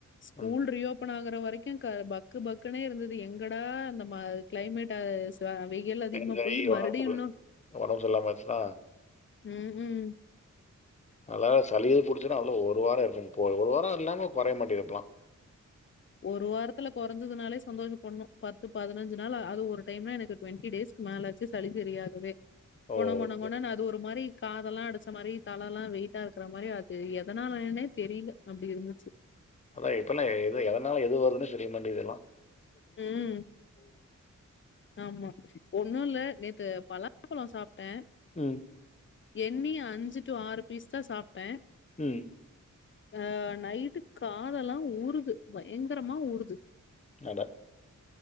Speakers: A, on the left (about 40°); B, on the left (about 20°).
A: ஸ்கூல்
B: ம்
A: ரீயோப்பன் ஆகுற வரைக் கிங் க பக்கு பக்குனே இருந்தது எங்கடா அந்த ம கிளைமேட்டஸ் ப அவைகள் அதிகமா
B: தேங்காய்
A: போய் மறுடியு
B: உடம்பு
A: இன்னு
B: உடம்பு சரியில்லாமல் ஆச்சுன்னா
A: உம் உம்
B: அதா சளியே புடிச்சுன்னா அதுல ஒரு வாரோ இருக்கும்போய் ஒரு வாரோ இல்லாம கொறைய மாட்டேது இப்பல்லா
A: ஒரு வாரத்தில கொறஞ்சதுனாலே சந்தோஷ படணூ பத்து பதினஞ்சு நாள் அது ஒரு டைம்ல எனக்கு டுவெண்ட்டி டேஸ்க்கு மேலாச்சு சளி சரியாகவே
B: ஓகே
A: கொன கொன கொனன்னு அது ஒரு மாரி காதெல்லா அடிச்ச மாரி தலல்லா வெயிட்டா இருக்ற மாரி அது எதனாலனே தெரில அப்டி இருந்துச்சு
B: அதா இப்பல்லா எது எதனால எது வருதுன்னு தெரிய மாட்டேங்து எல்லா
A: உம் ஆமா ஒண்ணுல்ல நேத். க பலாப்பழோ சாப்டே
B: ம்
A: எண்ணி அஞ்சு டூ ஆறு பீஸ் தா சாப்டே
B: உம்
A: ஆ. நைட்டு காதெல்லா ஊருது பயங்கரமா ஊறுது
B: அட